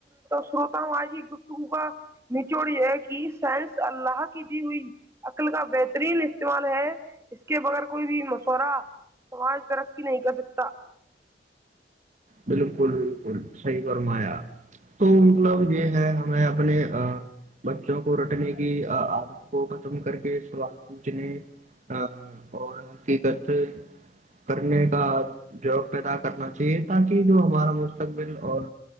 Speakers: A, on the right (about 15°); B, on the right (about 45°).
A: سروتاوجی گفتگو کا نچوڑ یہ کہ سائنس اللہ کی دی ہوئی عقل کا بہترین استعمال ہے اس کے بغیر کوئی بھی مشورہ سماج ترقی نہیں کر سکتا
B: بالکل بکل صحیح فرمایا تو مطلب یہ ہے ہمیں اپنے بچوں کو رٹنے کی عادت کو ختم کر کے سوال پوچھنے اور حقیقت کرنے کا جواب پیدا کرنا چاہیے تاکہ جو ہمارا مستقبل اور